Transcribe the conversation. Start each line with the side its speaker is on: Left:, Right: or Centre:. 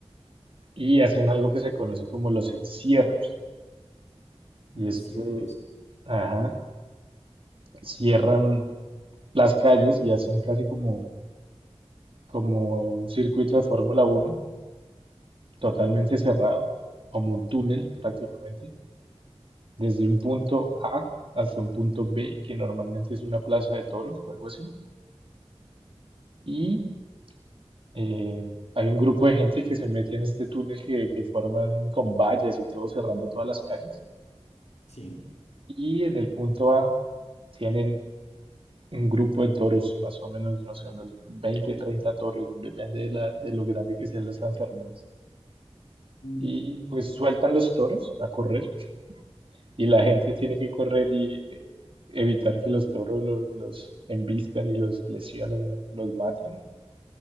Right: y hacen algo que se conoce como los encierros. Y
Left: encierros.
Right: es que, ajá, cierran las calles y hacen casi como, como un circuito de Fórmula uno totalmente cerrado, como un túnel
Left: Ok.
Right: prácticamente, desde un punto A hasta un punto B, que normalmente es una plaza de toros o algo así. Y Eh, hay un grupo de gente que se mete en este túnel que, que forman con vallas y todo cerrando todas las calles.
Left: Sí.
Right: Y en el punto A tienen un grupo de toros, más o menos, no sé, unos 20, 30 toros, depende de, la- de lo grande que sean los Sanfermines.
Left: Mm,
Right: Y pues sueltan los toros a correr y la gente tiene que correr y eh, evitar que los toros los, los embistan y los lesionen, los maten, ¿no?